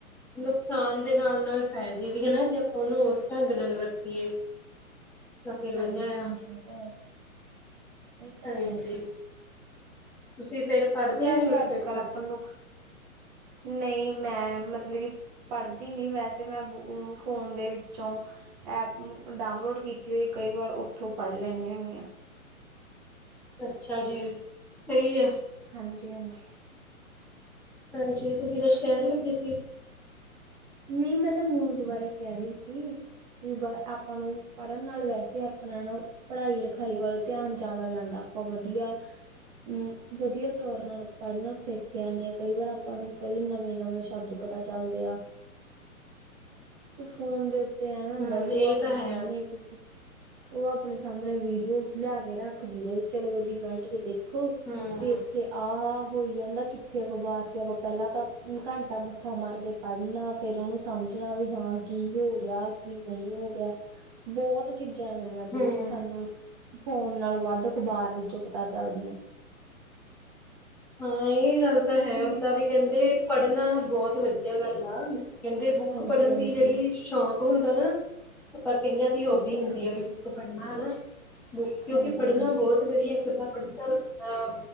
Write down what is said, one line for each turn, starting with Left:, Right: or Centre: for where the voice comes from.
Centre: ਨੁਕਸਾਨ ਦੇ ਨਾਲ ਨਾਲ ਫਾਇਦੇ ਵੀ ਹਨਾ, ਜੇ ਆਪਾਂ ਉਹਨੂੰ ਉਸ ਢੰਗ ਨਾਲ ਵਰਤੀਏ ਤਾਂ ਫਿਰ
Right: ਹਾਂਜੀ
Centre: ਵਧੀਆ
Right: ਹਾਂਜੀ
Centre: ਆ,
Right: ਇਹ ਤਾਂ ਹੈ। ਇਹ ਤ
Centre: ਹਾਂਜੀ
Right: ਹੈ
Centre: ਤੁਸੀਂ ਫੇਰ ਪੜ੍ਹਦੇ
Right: ਵੈਸੇ
Centre: ਹੋ ਨਿਊਜ਼ਪੇਪਰ?
Right: ਅੱਜ ਕੱਲ ਆਪਾਂ ਨੂੰ ਨਹੀਂ ਮੈਂ ਮਤਲਬ ਕਿ ਪੜ੍ਹਦੀ ਨੀ ਵੈਸੇ, ਮੈਂ ਫੋਨ ਦੇ ਵਿੱਚੋਂ ਐਪ ਡਾਊਨਲੋਡ ਕੀਤੀ ਹੋਈ, ਕਈ ਵਾਰ ਉੱਥੋਂ ਪੜ੍ਹ ਲੈਂਦੀ ਹੁੰਦੀ ਹਾਂ।
Centre: ਅੱਛਾ ਜੀ ਸਹੀ ਆ।
Right: ਹਾਂਜੀ ਹਾਂਜੀ।
Centre: ਹਾਂਜੀ ਤੁਸੀਂ ਕੁਛ ਕਹਿਣ ਲੱਗੇ ਸੀ।
Right: ਨਹੀਂ ਮੈਂ ਤਾਂ ਨਿਊਜ਼ ਬਾਰੇ ਕਹਿ ਰਹੀ ਸੀ ਵੀ ਆਪਾਂ ਨੂੰ ਪੜ੍ਹਨ ਨਾਲ ਵੈਸੇ ਆਪਣਾ ਨਾ ਪੜ੍ਹਾਈ- ਲਿਖਾਈ ਵੱਲ ਧਿਆਨ ਜ਼ਿਆਦਾ ਜਾਂਦਾ, ਆਪਾਂ ਵਧੀਆ ਅਮ ਵਧੀਆ ਤੌਰ ਨਾਲ ਪੜ੍ਹਨ ਸਿੱਖ ਜਾਨੇ ਆਂ, ਕਈ ਵਾਰ ਆਪਾਂ ਨੂੰ ਕਈ ਨਵੇਂ-ਨਵੇਂ ਸ਼ਬਦ ਪਤਾ ਚੱਲਦੇ ਆ ਤੇ ਫੋਨ ਦੇ ਉ ਤੇ ਐਵੇਂ ਹੁੰਦਾ
Centre: ਹੂੰ,
Right: ਕਿ
Centre: ਇਹ
Right: ਉਹ ਆਪਣੇ
Centre: ਤਾਂ
Right: ਸਾਹਮਣੇ
Centre: ਹੈ,
Right: ਇੱਕ ਉਹ ਆਪਣੇ ਸਾਹਮਣੇ ਵੀਡੀਓ ਲਿਆ ਕੇ ਰੱਖ ਦਿੰਦੇ ਆ ਚਲੋ ਉਹੀ ਮਿੰਟ ਚ ਦੇਖ ਖੋ
Centre: ਹੂੰ,
Right: ਵੀ ਇੱਥੇ ਆਹਾ ਹੋਈ ਜਾਂਦਾ, ਕਿੱਥੇ ਅਖ਼ਬਾਰ ਤੇ ਆਪਾਂ ਪਹਿਲਾਂ ਤਾਂ ਘੰਟਾ ਮੱਥਾ ਮਾਰ ਕੇ ਪੜ੍ਹਨਾ- ਫੇਿਰ ਉਹਨੂੰ ਸਮਝਣਾ ਵੀ ਹਾਂ, ਕੀ ਹੋ ਰਿਹਾ ਕੀ ਨਹੀਂ ਹੋ ਰਿਹਾ ਬਹੁਤ ਚੀਜ਼ਾਂ ਚ ਮੈਨੂੰ ਜੋ
Centre: ਹੂੰ।
Right: ਕਿ ਸਾਨੂੰ ਫੋਨ ਨਾਲੋਂ ਵੱਧ ਅਖ਼ਬਾਰ ਵਿੱਚੋਂ ਪਤਾ ਚੱਲਦੀਆਂ।
Centre: ਹੋ ਹਾਂ ਇਹ ਗੱਲ ਤਾਂ
Right: ਤੁਸੀਂ
Centre: ਹੈ ਓਦਾਂ ਵੀ ਕਹਿੰਦੇ ਪੜ੍ਹਨਾ ਬਹੁਤ ਵਧੀਆ ਗੱਲ ਆ ਕਹਿੰਦੇ ਬੁੱਕ
Right: ਹਾਂਜੀ
Centre: ਪੜ੍ਹਨ
Right: ਹਾਂਜੀ
Centre: ਦੀ ਜਿਹੜੀ ਸ਼ੌਂਕ ਹੁੰਦੀ ਐ ਹਨਾ, ਪਰ ਕਈਆਂ ਦੀ ਹੋਬੀ
Right: ਇਹ ਤਾਂ
Centre: ਹੁੰਦੀ
Right: ਹੈ
Centre: ਆ ਵੀ ਬੁੱਕ ਪੜ੍ਹਨਾ ਹਨਾ, ਬੁੱਕ ਕਿਉਂਕਿ
Right: ਹਾਂਜੀ
Centre: ਪੜ੍ਹਨਾ
Right: ਹਾਂਜੀ
Centre: ਬਹੁਤ ਵਧੀਆ ਕਿਤਾਬ ਪੜਦਾ ਬੰਦਾ